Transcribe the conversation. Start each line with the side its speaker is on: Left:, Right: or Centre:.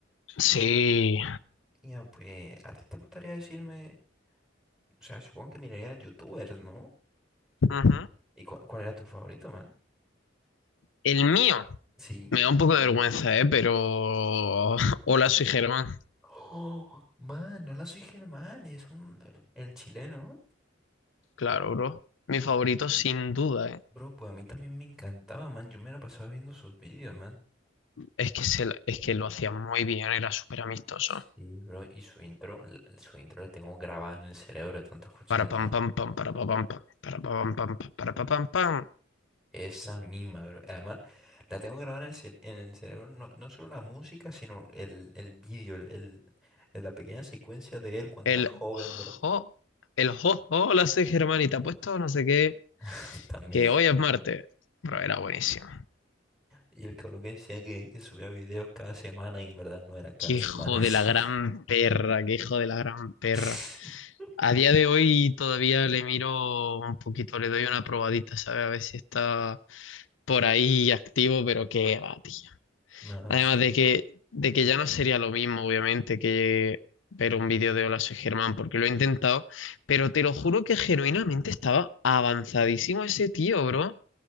Left: Sí.
Centre: Ya, pues, ¿a ti te gustaría decirme? O sea, supongo que mirarías YouTubers, ¿no?
Left: Ujú.
Centre: ¿Y cu- cuál era tu favorito, man?
Left: El mío.
Centre: Sí.
Left: Me da un poco de vergüenza, ¿eh? Pero... <laughs> Hola, soy Germán.
Centre: Oh, man, no la soy Germán, es un, el chileno.
Left: Claro, bro. Mi favorito, sin duda, ¿eh?
Centre: Bro, pues a mí también me encantaba, man. Yo me la pasaba viendo sus vídeos, man.
Left: Es que, se, la- es que lo hacía muy bien, era súper amistoso.
Centre: Sí, bro, y su intro, l- su intro la tengo grabada en el cerebro de tanto escucharla,
Left: Para pam
Centre: man.
Left: pam pam, para pa pam pam, para pa pam pam, pa- para pa pam pam.
Centre: Esa misma, bro. Además, la tengo grabada en el, cel- en el cerebro, no, no solo la música, sino el, el vídeo, el, el- el- la pequeña secuencia de él cuando
Left: El
Centre: era joven,
Left: jo,
Centre: bro.
Left: el jo, hola, soy Germán y te apuesto no sé qué,
Centre: <laughs> También.
Left: que hoy es martes. Bro, era buenísimo.
Centre: Y el cabrón que decía que, que subía videos cada semana y en verdad no era cada
Left: Qué
Centre: semana
Left: hijo
Centre: así.
Left: de la gran perra, qué hijo de la gran perra.
Centre: <laughs>
Left: A día de hoy todavía le miro un poquito, le doy una probadita, ¿sabes? A ver si está por ahí activo, pero qué va, tío.
Centre: No,
Left: Además
Centre: sí.
Left: de que, de que ya no sería lo mismo, obviamente, que ver un vídeo de Hola, soy Germán, porque lo he intentado, pero te lo juro que genuinamente estaba avanzadísimo ese tío, bro.